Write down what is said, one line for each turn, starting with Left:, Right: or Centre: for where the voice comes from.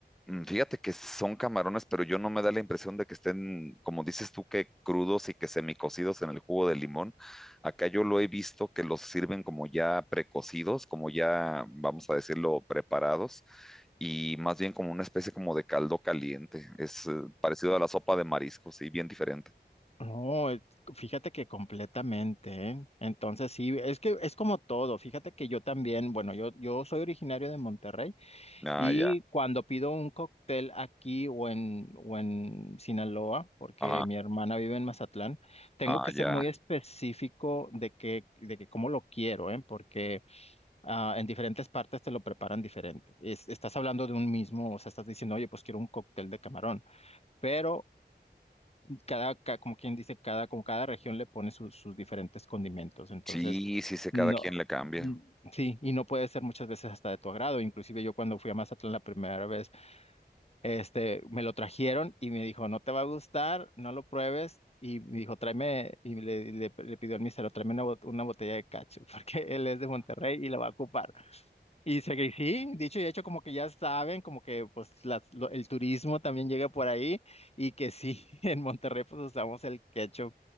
Centre: Mm, Fíjate que son camarones, pero yo no me da la impresión de que estén, como dices tú, que crudos y que semicocidos en el jugo de limón. Acá yo lo he visto que los sirven como ya precocidos, como ya, vamos a decirlo, preparados, y más bien como una especie como de caldo caliente. Es eh, parecido a la sopa de mariscos, sí, bien diferente.
Left: No, eh, fíjate que completamente, ¿eh? Entonces sí, es que es como todo. Fíjate que yo también, bueno, yo, yo soy originario de Monterrey
Centre: Ah,
Left: y
Centre: ya,
Left: cuando pido un cóctel aquí o en, o en Sinaloa, porque
Centre: ajá,
Left: mi hermana vive en Mazatlán, tengo
Centre: ah,
Left: que ser
Centre: ya.
Left: muy específico de que, de que cómo lo quiero, ¿eh? Porque ah, en diferentes partes te lo preparan diferente. Es- estás hablando de un mismo, o sea, estás diciendo, oye, pues quiero un cóctel de camarón. Pero cada, ca- como quien dice, cada, como cada región le pone sus sus diferentes condimentos. Entonces,
Centre: Sí, sí sé,
Left: no,
Centre: cada quien le cambia.
Left: mm, sí, y no puede ser muchas veces hasta de tu agrado. Inclusive yo cuando fui a Mazatlán la primera vez, este, me lo trajeron y me dijo, no te va a gustar, no lo pruebes. Y me dijo, tráeme, y le, le, le pidió al mesero, tráeme una, bot- una botella de cacho, <laughs> porque él es de Monterrey y la va a ocupar. Y se que sí, dicho y hecho, como que ya saben, como que pues las- lo- el turismo también llega por ahí y que sí, <laughs> en Monterrey pues usamos el ketchup